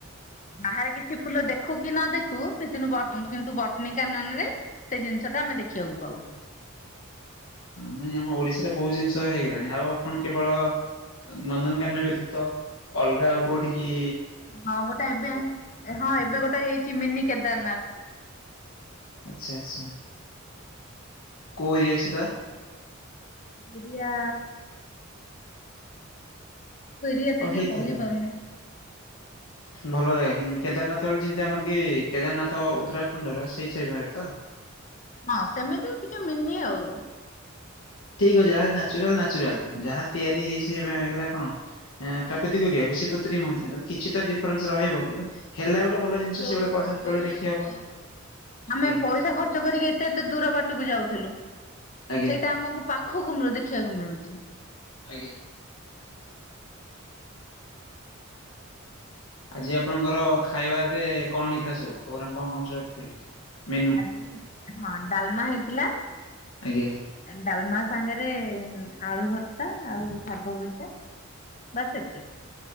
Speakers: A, on the left; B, on the left.
A: ବାହାରେ କିଛି ଫୁଲ ଦେଖୁ କି ନ ଦେଖୁ କିନ୍ତୁ ବଟନୀ କାନନରେ ସେ ଜିନିଷ ଟା ଆମେ ଦେଖିବାକୁ ପାଉ
B: ନାଇଁ ଆମ ଓଡ଼ିଶାରେ ବହୁତ ଜିନିଷ ହେଇଗଲାଣି ଆଉ ଆପଣ କେବଳ ନନ୍ଦନକାନନ ବ୍ୟତୀତ ଅଲଗା ଆଉ କୋଉଁଠିିକି
A: ହଁ ଗୋଟେ ଏବେ ହଁ ଏବେ ଗୋଟେ ହେଇଛି ମିନି କେଦାରନାଥ୍
B: ଆଚ୍ଛା ଆଚ୍ଛା କୋଉ ଏରିଆରେ ସେଟା
A: ଏରିଆ ଏରିଆ
B: ହଁ
A: ଟିକେ
B: ହେଇଥିବ
A: କହିପାରୁନି
B: ଭଲ ଜାଗା କିନ୍ତୁ କେଦାରନାଥର ଯେମିତି ଆମର କି କେଦାରନାଥ୍ ଉତ୍ତରାଖଣ୍ଡର ସେଇ ଟାଇପିର ତ
A: ହଁ ସେମିତି ଟିକେ ମିନି ଆଉ
B: ଠିକ୍ ଅଛି ଯାହାହେଲେ ନାଚୁରାଲ୍ ନାଚୁରାଲ୍ ଯାହା ତିଆରି ହେଇ ହେଲା କଣ ପ୍ରାକୃତିକଜ୍ଞ କିଛି କୃତ୍ରିମ ମୁଦ୍ରିତ କିଛି ତ ଡିଫରେନ୍ସ ରହିବ କିନ୍ତୁ ହେଲା ଗୋଟେ ଭଲ ଜିନିଷ
A: ଯୋଉ
B: ସେ ଗୋଟେ ପର୍ଯ୍ୟଟନସ୍ଥଳୀ
A: ଯୋଉ
B: ଦେଖି
A: ଲୋକ
B: ହବ ଆଜ୍ଞା
A: ଆମେ ପଇସା ଖର୍ଚ୍ଚ କରିକି ଏତେ ଏତେ ଦୂର ବାଟକୁ ଯାଉଥିଲୁ
B: ଆଜ୍ଞା।
A: ସେଇଟା ଆମକୁ ପାଖକୁ ଦେଖିବାକୁ ମିଳୁଛି।
B: ଆଜ୍ଞା। ଆଜି ଆପଣଙ୍କର ଖାଇବାରେ କଣ ହେଇଥିଲା ସବୁ? ପୋଗ୍ରାମ କଣ କଣ ସବୁ ରଖିଥିଲେ ମିନୁ?
A: ଆଜି ହଁ ଡାଲମା ହେଇଥିଲା।
B: ଆଜ୍ଞା।
A: ଡାଲମା ସାଙ୍ଗରେ ଆଳୁ ଭର୍ତ୍ତା ଆଉ ଶାଗ ଭଜା ବାସ୍ ଏତିକି।